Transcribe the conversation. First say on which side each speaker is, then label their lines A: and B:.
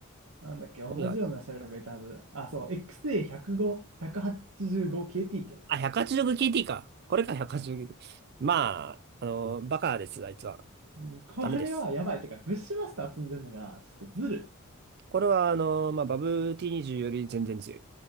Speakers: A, on the right (about 80°); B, on the right (about 50°).
A: なんだっけ、同じような車両がいたはず。
B: 何がある
A: あ、そう、XA105、185KT ってやつだ。
B: あ、186KT か。これか、186KT。まあ、あの、バカです、あいつは。
A: うん、これはやばい。
B: ダメです。
A: てか、ブッシュマスター積んでるのが、ちょっとずる。
B: これは、あの、まあ、バブ T20 より全然強い。